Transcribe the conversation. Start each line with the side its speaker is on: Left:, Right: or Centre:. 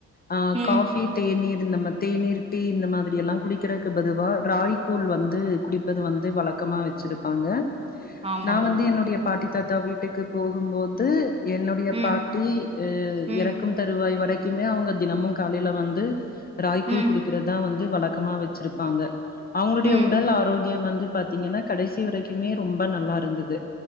Left: ஆ
Right: ம்
Left: காஃபி தேநீர் இ நம்ப தேநீர் டீ இந்த மாதிரி எல்லாம் குடிக்கிறதுக்கு பதுவா ராய்கூல் வந்து குடிப்பது வந்து வழக்கமா வச் சுருப்பாங்க
Right: ஆமாங்க
Left: நா வந்து
Right: தோழி
Left: என்னுடைய பாட்டி தாத்தா வீட்டுக்கு போகும்போது என்னுடைய
Right: ம்
Left: பாட் டி
Right: ம்
Left: இறக்கும் தருவாய் வரைக்குமே அவங்க தினமு காலைல வந்து ராய்க் கூழ்
Right: ம்
Left: குடிக் றதுதா வந்து வழக்கமா வச்சிருப்பாங்க அவங்களுடைய
Right: ம்
Left: உடல் ஆரோக்கியம் வந்து பாத்தீங்கன்னா கடைசி வரைக்குமே ரொம்ப நல்லா இருந்தது